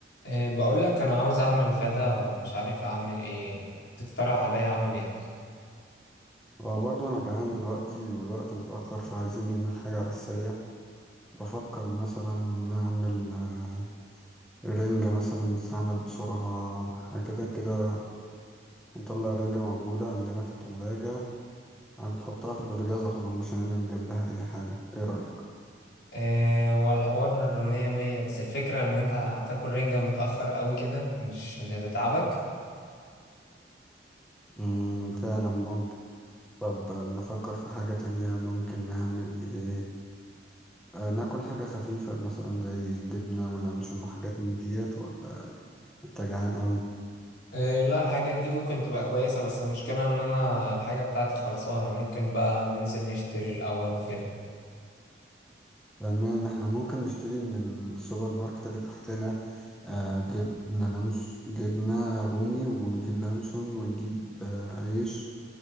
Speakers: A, on the left (about 65°); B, in the centre.
A: إيه بقول لك انا عاوز اعمل غدا ومش عارف اعمل ايه تقترح عليا اعمل ايه
B: اه برضو انا جعان دلوقتي والوقت متأخر فعايزين نعمل حاجة على السريع بفكر مثلا نعمل آه، رنجة مثلا تتعمل بسرعة حاجة كده كده نطلع الرنجة موجودة عندنا في التلاجة هنحطها في البوتاجاز على طول مش هنعمل جنبها أي حاجة ايه رأيك؟
A: إيه هو الحوار مية مية بس الفكرة ان انت هتاكل رنجة متأخر قوي كده مش مش هتتعبك
B: مم فعلا ممكن طب آه، نفكر في حاجة تانية ممكن نعمل ايه آه، ناكل حاجة خفيفة مثلا زي جبنة ولانشون وحاجات من ديت ولا انت جعان قوي؟
A: إيه لا الحاجات دي ممكن تبقى كويسة بس المشكلة ان انا الحاجة بتاعتي خلصانة ممكن بقى ننزل نشتري الاول وكده
B: تمام احنا ممكن نشتري من السوبر ماركت اللي تحتنا آه جبنة لانش جبنة رومي ونجيب لانشون ونجيب آه عيش